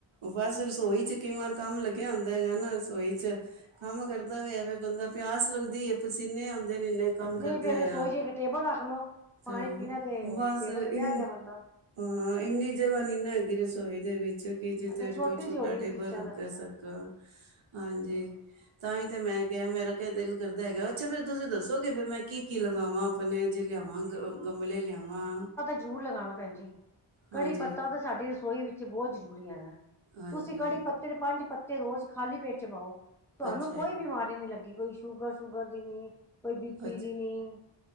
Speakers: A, on the right; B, in the centre.
A: ਬਸ ਰਸੋਈ 'ਚ ਕਈ ਵਾਰ ਕੰਮ ਲੱਗੇਆ ਹੁੰਦਾ ਹੈਗਾ ਨਾ ਰਸੋਈ ਚ। ਕੰਮ ਕਰਦਾ ਵੇ ਫੇਰ ਬੰਦਾ, ਪਿਆਸ ਲੱਗਦੀ ਐ ਪਸੀਨੇ ਆਂਦੇ ਨੇ ਇੰਨੇ। ਕੰਮ ਕਰਦੇ
B: ਨਹੀਂ ਫੇਰ
A: ਹੋਏਆਂ,
B: ਰਸੋਈ ਚ ਇੱਕ ਟੇਬਲ ਰੱਖ ਲੋ ਪਾਣੀ
A: ਤੇ
B: ਪੀਣਾ
A: ਬਸ
B: ਟੇਬਲ
A: ਇਨ
B: ਤੇ ਬਹਿ ਗਿਆ ਬੰਦਾ
A: ਹਾਂ, ਇੰਨੇ ਜਗ੍ਹਾ ਨੀ ਨਾ ਹੈਗੀ ਰਸੋਈ ਦੇ ਵਿੱਚ। ਕਿ ਜਿੱਥੇ
B: ਅੱਛਾ ਛੋਟੀ
A: ਕੋਈ ਛੋਟਾ
B: ਜਿਹੀ ਹੋਣੀ
A: ਟੇਬਲ
B: ਕਿਚਨ
A: ਰਖ
B: ਅੱਛਾ
A: ਸਕਾਂ,
B: ਅੱਛਾ
A: ਹਾਂਜੀ।
B: ਹੂੰ
A: ਤਾਂ ਹੀ ਤੇ ਮੈਂ ਕਿਆ, ਮੇਰਾ ਕੇ ਦਿਲ ਕਰਦਾ ਹੈਗਾ, ਅੱਛਾ ਫੇਰ ਤੁਸੀਂ ਦੱਸੋਗੇ ਫੇਰ ਮੈਂ ਕੀ- ਕੀ ਲਗਾਵਾਂ? ਅਪਨੇ ਜੇ ਲਿਆਵਾਂ, ਗ ਗਮਲੇ ਲਿਆਵਾਂ।
B: ਜਰੂਰ ਲਗਾਣਾ ਭੈਂਜੀ ਕੜੀ
A: ਹਾਂਜੀ
B: ਪੱਤਾ ਤਾਂ, ਸਾਡੀ ਰਸੋਈ ਵਿੱਚ ਬੌਤ ਜਰੂਰੀ ਹੈਗਾ।
A: ਹਾਂਜੀ
B: ਤੁਸੀ ਕੜੀ ਪੱਤੇ ਦੇ, ਪੰਜ ਪੱਤੇ ਰੋਜ ਖਾਲੀ ਪੇਟ ਚ ਪਾਓ। ਤੁਆਨੂੰ
A: ਅੱਛਾ
B: ਕੋਈ
A: ਜੀ
B: ਬਿਮਾਰੀ ਨੀ ਲੱਗੀ ਕੋਈ ਸ਼ੂਗਰ- ਸ਼ੂਗਰ ਦੀ ਨੀ। ਕੋਈ, ਬੀਪੀ
A: ਅੱਛਾ
B: ਦੀ ਨੀ